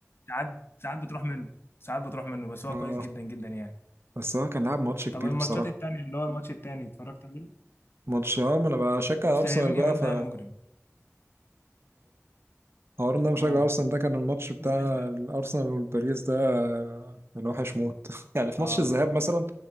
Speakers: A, on the left; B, on the right.
A: ساعات ساعات بتروح منه ساعات بتروح منه بس هو
B: اه
A: كويس جدا جدا يعني
B: بس هو كان لعب ماتش كبير
A: طب الماتشات
B: بصراحة
A: التانية اللي هو الماتش التاني اتفرجت عليه
B: ماتش اه ما انا بشجع
A: اصل
B: ارسنال
A: يمين
B: بقى
A: يامال
B: ف
A: ده مجرم
B: حوار ان انا مشجع
A: اه
B: ارسنال ده كان الماتش بتاع
A: زعلت انت
B: الارسنال والباريس ده كان وحش موت <laughs> يعني في
A: اه
B: ماتش الذهاب مثلا